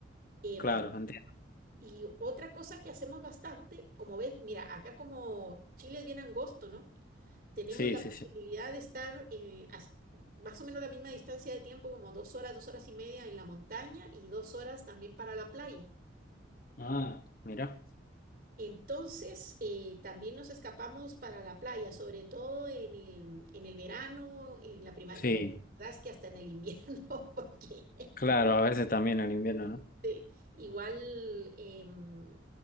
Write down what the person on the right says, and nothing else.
Em,
y otra cosa que hacemos bastante, como ves, mira, acá como Chile es bien angosto, ¿no? Tenemos
la
posibilidad
de estar eh, as- más o menos la misma distancia de tiempo, como dos horas, dos horas y media en la montaña y dos horas también para la playa.
Entonces, eh, también nos escapamos para la playa, sobre todo en el, en el verano, en la primavera,
y bueno, la verdad es que hasta en el invierno, <laughs> porque
Sí, Igual, em,